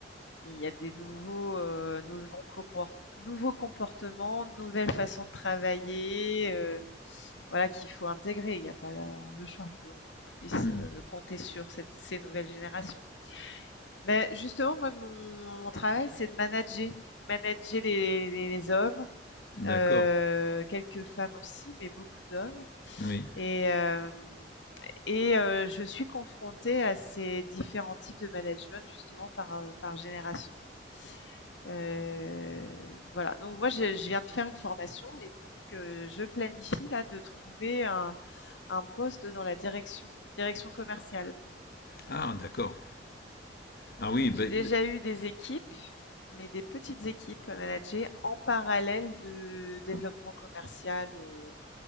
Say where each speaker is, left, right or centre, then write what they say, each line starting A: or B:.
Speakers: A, on the left; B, on the left.
A: il y a des nouveaux, heu, nouveaux comport nouveaux comportements, nouvelles façons de travailler, heu, voilà, qu'il faut intégrer. Il n'y a pas la- le choix, Il faut qu'on puisse,
B: Mm.
A: heu, compter sur cette ces nouvelles générations. Beh, justement, moi, mon, mon travail, c'est de manager. Manager les, les, les hommes,
B: D'accord.
A: heu, quelques femmes aussi, mais beaucoup d'hommes.
B: Oui.
A: Et hem et heu, je suis confrontée à ces différents types de management justement par, heu, par génération. Heu, voilà, donc moi je je viens de faire une formation et donc heu, je planifie là de trouver un un poste dans la direction, direction commerciale.
B: Ah, d'accord. Ah oui, ben,
A: J'ai déjà
B: d-
A: eu des équipes, mais des petites équipes à manager en parallèle de développement commercial, heu